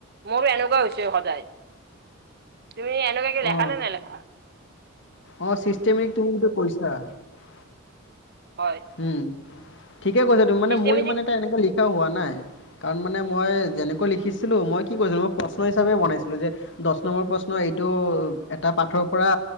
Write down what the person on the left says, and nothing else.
অ
অ' চিষ্টেমেটিক। <unintelligible>
উম, ঠিকে কৈছা তুমি মানে
মোৰ ইমান এটা এনেকুৱা লিখা হোৱা নাই কাৰণ মানে মই যেনেকৈ লিখিছিলোঁ মই কি কৰিছিলো মই প্ৰশ্ন হিচাপে বনাইছিলো যে দচ নম্বৰ প্ৰশ্ন এইটো ত' এটা পাঠৰ পৰা